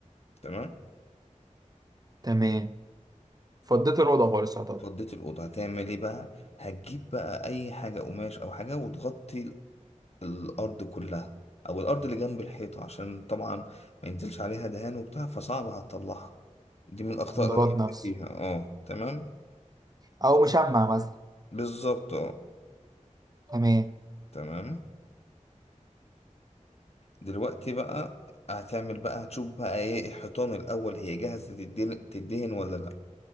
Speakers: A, on the left; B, on the right.
A: تمام
B: تمام فضيت الاوضه خالص يعتبر
A: فضيت الاوضه هتعمل ايه بقى هتجيب بقى اي حاجه قماش او حاجه وتغطي الأرض كلها أو الأرض اللي جنب الحيطة عشان طبعا ما ينزلش عليها دهان وبتاع فصعب هتطلعها دي من الأخطاء
B: البلاط
A: اللي أنا وقعت
B: نفسه
A: فيها اه تمام
B: او مشمع مثلا
A: بالظبط اه
B: تمام
A: تمام دلوقتي بقى هتعمل بقى هتشوف بقى ايه الحيطان الأول هي جاهزة تدهن تدهن ولا لأ